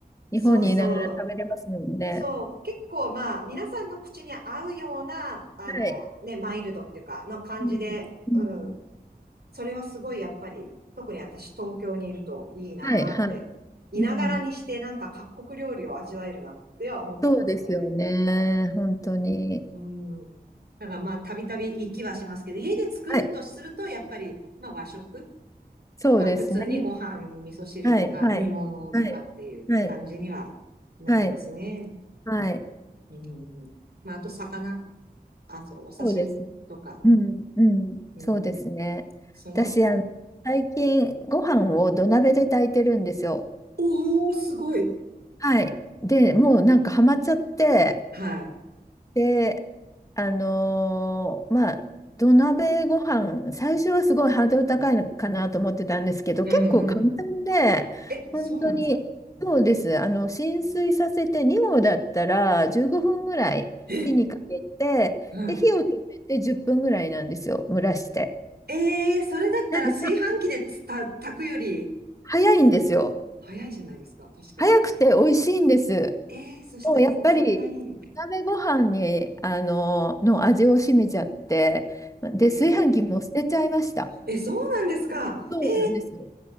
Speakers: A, on the left (about 20°); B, on the right (about 75°).
A: 日本にいながら食べれますもんね。
B: そうそう、そう、結構まあ、皆さんの口に合うような、あの、
A: はい
B: ね、マイルドっていうか、の感じで、
A: うん、
B: うん、
A: うん、
B: それはすごいやっぱり、特に私東京にいるといいなーって、
A: はい、はい。
B: いながらにしてなんか各国料理を味わえるなっては思ってますね。
A: うん、そうですよね。本当に。
B: うん。だからまあ、たびたび行きはしますけど、家で作るとすると、
A: はい、
B: やっぱり、まあ和食、
A: そうですね。
B: まあ普通にご飯に味噌汁とか煮物とかっていう感じにはなりますね。
A: はい、はい、はい、はい、はい、はい。
B: うん。まあ、あと魚、あ、そう、お刺身とか、
A: そうですね。うん、うん、
B: うん。
A: そうですね。
B: その、
A: 私、あの、最近、ご飯を土鍋で炊いてるんですよ。
B: おー、すごい。
A: はい。で、もうなんかハマっちゃって、
B: はい。
A: で、あのーまあ、土鍋ご飯、最初はすごいハードル高いのかなと思ってたんですけど、
B: うんうんうん。
A: 結構簡単で、
B: え、
A: 本当に、
B: そうなんですか。うん、
A: そうです。あの、浸水させて2合だったら15分ぐらい火にかけて、
B: え、は
A: で、火を止めて10分ぐらいなんですよ、蒸らして。
B: い。えー、それだったら炊飯器でつた、
A: なんでさ、
B: 炊くより
A: 早いんですよ。
B: 早いじゃないですか。確かに。
A: 早くて美味しいんです。
B: えー、そしたらそ、
A: もうやっぱり
B: それがいい。
A: 鍋ご飯にあのの味を占めちゃってで炊飯器も捨てちゃいました
B: えー、え、そうなんですか。
A: そうなんですよ
B: えー、